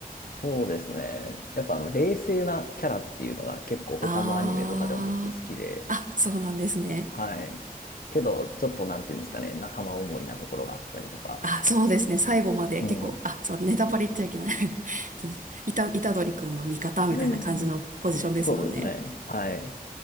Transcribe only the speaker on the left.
そうですね。やっぱあの、冷静なキャラっていうのが結構他のアニメとかでも僕好きで、
はい。けど、ちょっとなんていうんですかね、仲間思いなところがあったりとか。
うん。
<laughs> そうですね。はい。